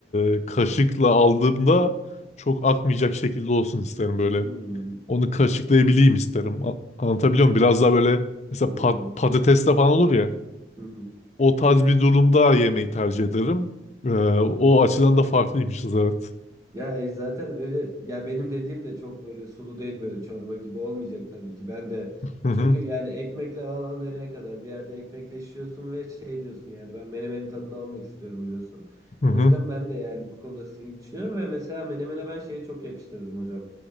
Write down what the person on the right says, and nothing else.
Hmm,
ya,
anladım.
<laughs>
Ya e, zaten öyle ya benim dediğim de çok böyle sulu değil böyle çorba gibi olmayacak tabii ki. Ben de
çünkü yani ekmekle al al nereye kadar bir yerde ekmekle şişiyorsun ve şey diyorsun yani ben menemenin tadını almak istiyorum diyorsun.
O yüzden ben de yani bu konuda sizin gibi düşünüyorum ve mesela menemene ben şeyi çok yakıştırırım hocam.